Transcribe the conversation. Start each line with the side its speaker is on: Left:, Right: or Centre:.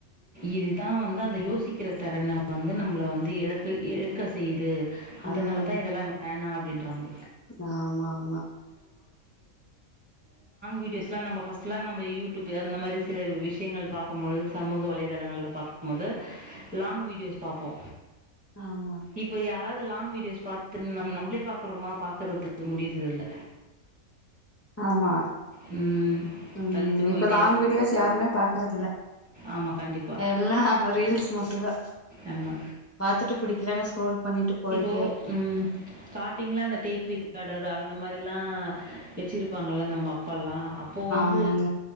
Centre: இதுதா வந்து அந்த யோசிக்கிற தெறன வந்து நம்ள வந்து எழக்க இழுக்க செய்து அதனாலதா
Left: ம்
Centre: இதெல்லா வேணா அப்டின்றாங்க
Left: ஆமா மா
Centre: வீடியோஸ்லா நம்ப ஃபர்ஸ்ட்லா நம்ப யூடூயூப்ல அந்த மாரி சில விஷயங்கள் பாக் கும் பொழுது சமூக வலைதளங்கல்ல பாக்குபோது லாங் வீடியோஸ் பாப்போ
Left: ஆமா
Centre: இப்போ யாராது லாங் வீடியோஸ் பாத்து நம் நம்ளே பாக்றோமா பாக்றத்க்கு முடியுரது இல்ல
Left: ஆமா
Centre: ம்
Left: ம்
Centre: தள்ளிட்டு போயிட்டே
Left: இப்ப லாங் வீடியோஸ் யாருமே பாக்குறது இல்ல
Centre: ஆமா கண்டிப்பா
Left: எல்லா ரீல்ஸு மட்டுதா
Centre: ஆமா
Left: பாத்துட்டு புடிக்கலன்னா ஸ்க்ரோல் பண்ணிட்டு போயிட்
Centre: ஓ ம் ஸ்டாட்டிங்ல அந்த டேப்ரிக்காடர் அந்த மாரில்லா வச்சிருப்பாங்கள்ள நம்ம அப்பால்லா அப் போ வந்
Left: ஆமாங்க